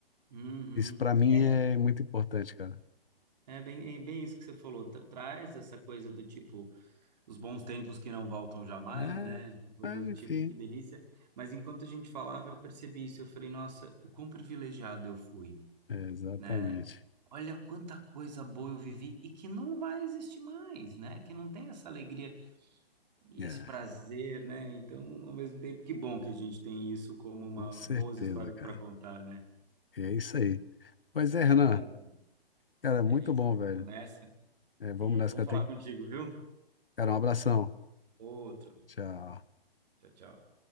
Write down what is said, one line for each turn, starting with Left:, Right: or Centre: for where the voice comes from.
Right: Uhum.
Left: Isso para mim
Right: É,
Left: é muito importante, cara.
Right: é bem, é bem isso que você falou. Tra- Traz essa coisa do tipo, os bons tempos que não voltam jamais,
Left: É,
Right: né? Coisa
Left: é,
Right: do tipo,
Left: enfim,
Right: que delícia. Mas enquanto a gente falava, eu percebi isso. Eu falei, nossa, o quão privilegiado eu fui,
Left: é, exatamente.
Right: né? Olha quanta coisa boa eu vivi e que não vai existir mais, né? Que não tem essa alegria e
Left: É,
Right: esse prazer, né? Então, ao mesmo tempo, que bom que a gente tem isso como uma
Left: com certeza,
Right: boas histórias
Left: cara.
Right: para contar, né?
Left: É isso aí. Pois é,
Right: É
Left: Renan,
Right: maravilha.
Left: cara, muito
Right: É isso.
Left: bom, velho.
Right: Vamos nessa.
Left: É, vamos
Right: E
Left: nessa,
Right: bom
Left: cara.
Right: falar
Left: Tem...
Right: contigo, viu?
Left: Cara, um abração.
Right: Outro.
Left: Tchau.
Right: Tchau, tchau.